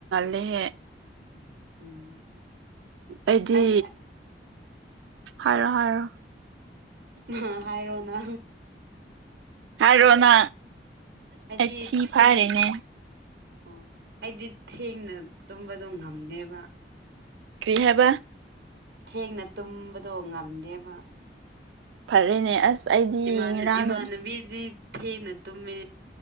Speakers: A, on the right; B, on the right.
A: ꯂꯩꯍꯦ
B: ꯎꯝ
A: ꯑꯩꯗꯤ
B: ꯑꯩ
A: ꯍꯥꯏꯔꯣ ꯍꯥꯏꯔꯣ
B: ꯑ ꯍꯥꯏꯔꯣꯅ
A: ꯍꯥꯏꯔꯣꯅ
B: ꯑꯩꯗꯤ
A: ꯑꯩꯊꯤ
B: ꯊꯦꯡ
A: ꯐꯥꯔꯤꯅꯦ
B: ꯑꯣ ꯑꯩꯗꯤ ꯊꯦꯡꯅ ꯇꯨꯝꯕꯗꯣ ꯉꯝꯗꯦꯕ
A: ꯀ꯭ꯔꯤ ꯍꯥꯏꯕ
B: ꯊꯦꯡꯅ ꯇꯨꯝꯕꯗꯣ ꯉꯝꯗꯦꯕ
A: ꯐꯔꯦꯅꯦ ꯑꯁ ꯑꯩꯗꯤ
B: ꯏꯃꯥꯟ
A: ꯉꯔꯥꯡ
B: ꯏꯃꯥꯟꯅꯕꯤꯗꯤ ꯊꯦꯡꯅ ꯇꯨꯝꯃꯦ